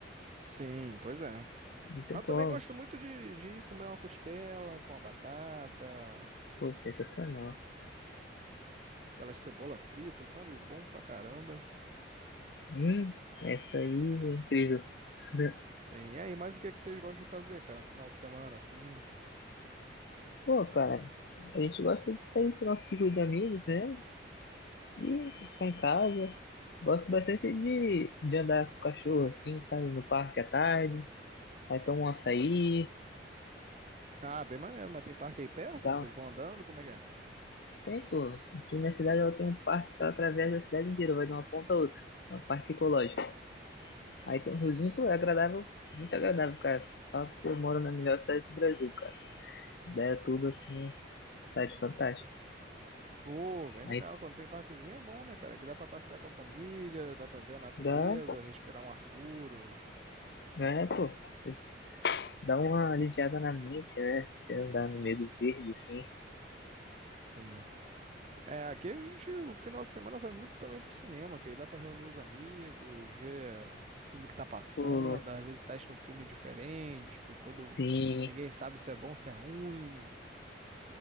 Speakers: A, on the right; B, on the left.
A: Sim, pois é.
B: Não tem
A: Mas eu
B: como.
A: também gosto muito de, de ir comer uma costela com a batata,
B: Pô, sensacional.
A: aquelas cebola frita, sabe? Bom pra caramba.
B: Hum, essa aí é incrível. <laughs>
A: Sim, e aí, mas o que que vocês gostam de fazer, cara? Um final de semana assim?
B: Pô, cara, a gente gosta de sair com o nosso ciclo de amigos, né? E ficar em casa. Gosto bastante de, de andar com o cachorro, assim, sabe? No parque à tarde. Aí toma um açaí.
A: Ah, bem maneiro, mas tem parque aí perto
B: Dá
A: que vocês
B: um...
A: vão andando? Como é que é?
B: Tem, pô. Aqui na cidade ela tem um parque que ela atravessa a cidade inteira, vai de uma ponta a outra. É um parque ecológico. Aí tem um riozinho, pô, é agradável, muito agradável, cara. Fala pra você, eu moro na melhor cidade do Brasil, cara. Indaiatuba, assim, cidade fantástica.
A: Pô, bem legal.
B: Aí
A: Quando tem parquezinho é bom, né, cara? Que dá pra passear com a família, dá pra ver a natureza,
B: dá,
A: respirar um ar puro.
B: né, pô, você dá uma aliviada na mente, né? Você andar no meio do verde, assim,
A: Sim. É, aqui a gente, o final de semana vai muito também pro cinema, que aí dá pra reunir os amigos, ver o filme que tá passando,
B: pô,
A: às vezes testa um filme diferente, que todo...
B: sim,
A: Ninguém sabe se é bom, se é ruim.